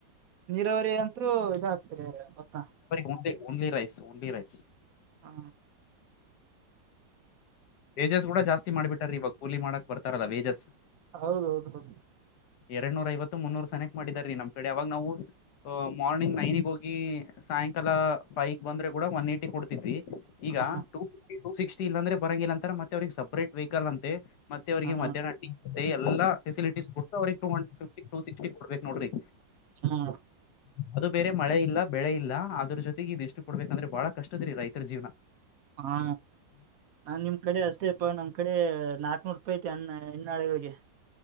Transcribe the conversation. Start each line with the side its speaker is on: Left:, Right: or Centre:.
Right: ನೀರಾವರಿ ಅಂತರು ಇದಾಗಾಕ್ತರಿ ಭತ್ತ
Left: ನ್ ಓನ್ಲಿ ರೈಸ್ ಓನ್ಲಿ ರೈಸ್
Right: ಹಾ
Left: ವೇಜಸ್ ಕೂಡ ಜಾಸ್ತಿ ಮಾಡ್ಬಿಟಾರೀ ಇವಾಗ ಕೂಲಿ ಮಾಡಕಕ್ ಬರ್ತಾರಲ್ಲ ವೇಜಸ್
Right: ಹೌದೌದು ಹೌದು
Left: ಎರಡ್ ನೂರ ಐವತ್ತು ಮುನ್ನೂರ್ ಸನಕ್ ಮಾಡಿದಾರ ರೀ ನಮ್ ಕಡೆ ಅವಾಗ ನಾವು ಮಾರ್ನಿಂಗ್ ನೈನಿಗೆ ಹೋಗಿ ಸಾಯಂಕಾಲ ಫೈಗ್ ಬಂದ್ರೆ ಕೂಡ ಒನ್ ಏ್ಟಿ ಕೊಡ್ತಿದ್ವಿ ಈಗ
Right: ಹಾ
Left: ಟೂ ಫಿಫ್ಟಿ ಟೂ ಸಿಕ್ಸ್ಟ ಇ ಅಂದ್ರೆ ಬರಂಗಿಲ್ಲ ಅಂತರ ಮತ್ತೆ ಅವ್ರಿಗೆ ಸಪ್ರೇಟ್ ವೆಹಿಕಲ್ ಅಂತೆ ಮತ್ತೆ ಅವರಿಗೆ
Right: ಹಾ
Left: ಮಧ್ಯಾಹ್ನಟ್ಟಿ ಅದ ಎಲ್ಲ ಫಸಿಲಿಟೀಸ್ ಕೊಟ್ಟ ಅವ್ರಿಗೆ two hundred fifty two sixty ಕೊಡ್ಬೇಕು ನೋಡ್ರಿ
Right: ಹ್ಮ
Left: ಅದು ಬೇರೆ ಮಳೆ ಇಲ್ಲ ಬೆಳೆ ಇಲ್ಲ ಅದ್ರ ಜೊತೆಗೆ ಇದ ಎಷ್ಟು ಕೊಡ್ಬೇಕಂದ್ರೆ ಬಹಳ ಕಷ್ಟದರಿ ರೈತರ ಜೀವನ
Right: ಹಾ ನಾನ್ ನಿಮ್ ಕಡೆ ಅಷ್ಟೇಪ್ಪ ನಮ್ ಕಡೆ ನಾಲ್ಕ್ನೂರು ರೂಪಾಯ ಐತೆ ಅನ್ನ ಹನ್ನಾಳಗಳಿಗೆ